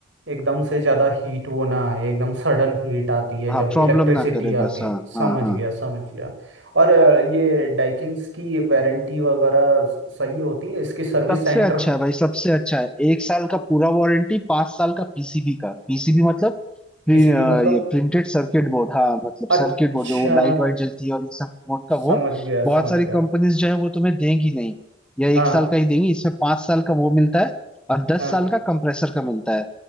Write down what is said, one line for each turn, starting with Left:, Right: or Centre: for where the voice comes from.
Right: एकदम से ज़्यादा हीट वो ना आए एकदम सडन हीट आती है
Centre: हाँ
Right: जब
Centre: प्रॉब्लम
Right: इलेक्ट्रिसिटी
Centre: ना करे
Right: आती
Centre: बस
Right: है
Centre: हाँ
Right: समझ
Centre: हाँ हाँ
Right: गया समझ गया और अ, ये डाइकिन्स की वारंटी वगैरह स- सही होती है इसकी सर्विस
Centre: सबसे
Right: सेंटर
Centre: अच्छा है भाई सबसे अच्छा है एक साल का पूरा वारंटी पांच साल का पीसीबी का पीसीबी मतलब प्रि-
Right: पीसीबी
Centre: अ,
Right: मतलब
Centre: ये प्रिंटेड सर्किट बोर्ड हाँ मतलब
Right: अच्छा
Centre: सर्किट बोर्ड जो वो लाइट वाइट जलती है और इन सब बोर्ड का
Right: समझ
Centre: वो
Right: गया
Centre: बहुत
Right: समझ
Centre: सारी
Right: गया
Centre: कंपनीज जो है वो तुम्हें देंगी नहीं या
Right: हाँ
Centre: एक साल का ही देंगी इसमें पांच साल का वो मिलता है और दस
Right: हाँ
Centre: साल का कंप्रेसर का मिलता है